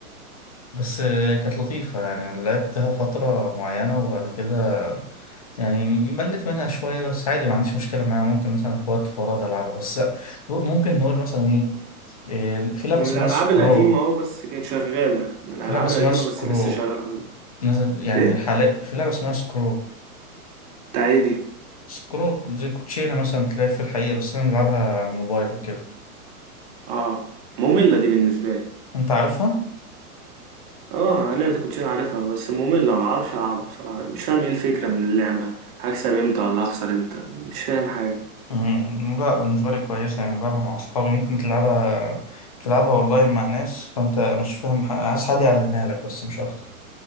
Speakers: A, on the left; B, on the right.
A: بس آه، كانت لطيفة يعني لعبتها فترة معينة وبعد كده يعني ملت منها شوية بس عادي ما عنديش مشكلة معاها ممكن مثلا في وقت فراغ ألعبها بس ممكن نقول مثلا إيه آه، في لعبة
B: من
A: اسمها
B: الألعاب
A: سكرو
B: القديمة اه بس كانت شغالة من
A: في
B: الألعاب
A: لعبة اسمها
B: القديمة
A: سكرو
B: بس لسه شغالة لحد دلوقتي.
A: نزل يعني
B: إيه
A: حاليا في لعبة اسمها سكرو
B: بتاع إيه دي
A: سكرو زي كوتشينة مثلا تلاقي في الحقيقة بس أنا بلعبها على الموبايل وكده
B: اه مملة دي بالنسبة لي
A: أنت عارفها؟
B: اه لعبة الكوتشينة عارفها بس مملة ما بعرفش ألعبها بصراحة مش فاهم إيه الفكرة من اللعبة هكسب إمتى ولا هخسر إمتى مش فاهم حاجة
A: مم، لا بالنسبة لي كويسة يعني بلعبها مع أصحابي ممكن تلعبها تلعبها أونلاين مع ناس فأنت مش فاهم ح- عايز حد يعلمها لك بس مش أكتر